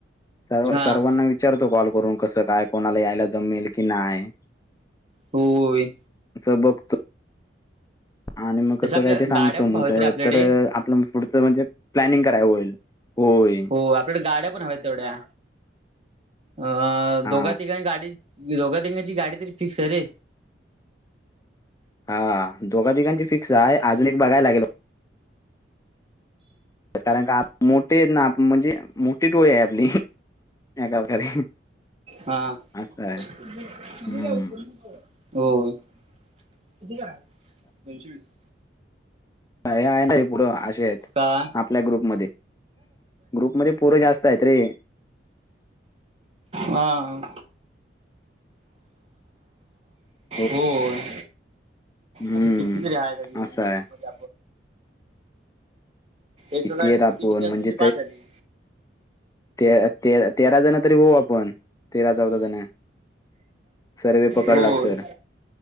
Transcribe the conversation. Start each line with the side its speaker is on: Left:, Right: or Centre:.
Left: सर् सर्वांना
Right: हा
Left: विचारतो कॉल करून कसं काय कोणाला यायला जमेल कि नाय?
Right: होय.
Left: च बघतो. आणि मग कसं
Right: तसं आपल्या
Left: काय ते सांगतो
Right: गाड्या पण
Left: मग
Right: हव्यात रे आपल्याकडे
Left: तर आपलं पुढच म्हणजे प्लॅनिंग कराय होईल होय.
Right: हो आपल्या गाड्या पण हव्या तेवढ्या अ
Left: हा
Right: दोघ तिकाणी गाडी दोघा देंगची गाडी तरी फिक्स आहे रे.
Left: हा दोघा तिघांची फिक्स आहे अजून एक बघाला लागेल. कारण का मोठे हेत ना म्हणजे मोठी टोळी आहे आपली या प्रकारे
Right: हा
Left: असं आहे
Right: <unintelligible>
Left: हम्म
Right: हो कितीला दोनशे वीस.
Left: <unintelligible> चेत
Right: काय
Left: -आपल्या ग्रुप मध्ये ग्रुप मध्ये पोर जास्त आहेत रे.
Right: हा आ.
Left: <inaudible>
Right: होय.
Left: हम्म
Right: असे कितीतरी आहे आधी
Left: असं
Right: ग्रुप
Left: आहे
Right: मध्ये एका
Left: किती
Right: गाडीत
Left: आहेत आपण
Right: तिके तिगे असली
Left: म्हणजे
Right: तरी बास झाले.
Left: ते ते तेरा जण तरी होऊ आपण. तेरा चौदा जन सर्वे पकडलास
Right: होय
Left: तर.